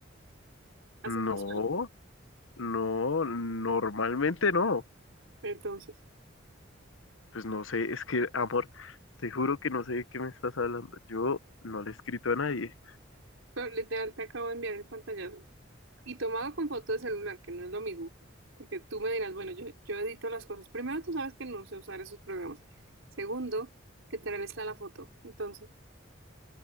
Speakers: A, on the right (about 85°); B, on the left (about 80°).
A: Así casual.
B: No, no, normalmente no.
A: Entonces,
B: Pues no sé, es que, amor, te juro que no sé de qué me estás hablando. Yo no le he escrito a nadie.
A: pero literal te acabo de enviar el pantallazo. Y tomado con foto de celular, que no es lo mismo. Porque tú me dirás, bueno, yo, yo edito las cosas. Primero, tú sabes que no sé usar esos programas. Segundo, que tal está la foto. Entonces,